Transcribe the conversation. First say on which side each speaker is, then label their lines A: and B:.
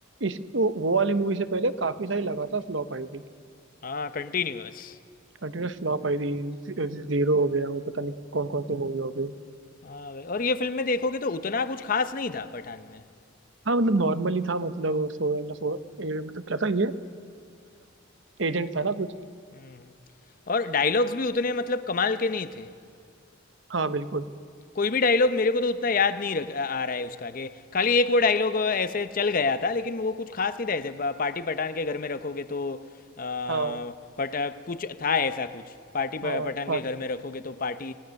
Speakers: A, on the right; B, on the left.
A: इस वो वाली मूवी से पहले काफी सारी लगातार फ्लॉप आई थी
B: हाँ कंटिन्यूअस
A: कंटिन्यूस फ्लॉप आई थी जीरो हो गया और पता नहीं कौन कौन सी मूवी हो गई
B: हाँ भाई और ये फिल्म में देखोगे तो उतना कुछ खास नहीं था पठान में
A: हाँ मतलब नॉर्मली था मतलब सो ना सो ए, मतलब क्या था ये <clears throat> एजेंट था ना कुछ
B: हम्म और डायलॉग्स भी उतने मतलब कमाल के नहीं थे
A: हाँ बिल्कुल
B: कोई भी डायलॉग मेरे को तो उतना याद नहीं रख आ रहा है उसका कि खाली एक वो डायलॉग ऐसे चल गया था लेकिन वो कुछ खास नहीं था ऐसे पा- पार्टी पठान के घर में रखोगे तो अ,
A: हाँ
B: पट कुछ था ऐसा कुछ पार्टी
A: हाँ
B: प- पठान
A: पा-
B: के घर में रखोगे तो पार्टी